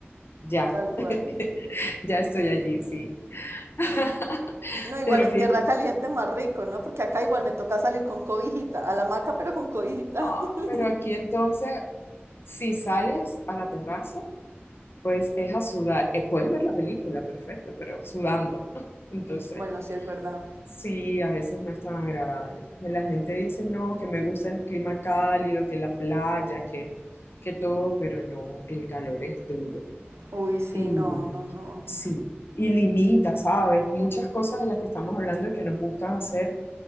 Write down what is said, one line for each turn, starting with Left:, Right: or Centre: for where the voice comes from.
Left: Ya,
Right: tal cual.
Left: <laughs> ya estoy allí, sí. <laughs>
Right: No, igual
Left: Pero
Right: en
Left: fíjate.
Right: tierra caliente más rico, ¿no? Porque acá igual me toca salir con cobijita, a la hamaca pero con cobijita.
Left: Ah,
Right: <laughs>
Left: pero aquí entonces, si sales a la terraza, pues es a sudar. Eh, puedes ver la película, perfecto, pero sudando. <laughs> Entonces,
Right: Bueno, sí es verdad.
Left: sí, a veces no es tan agradable. La gente dice, no, que me gusta el clima cálido, que la playa, que, que todo, pero no, el calor es duro.
Right: Uy, sí,
Left: Y
Right: no, no, no.
Left: sí, y limita, ¿sabes? Muchas cosas de las que estamos hablando y que nos gustan hacer,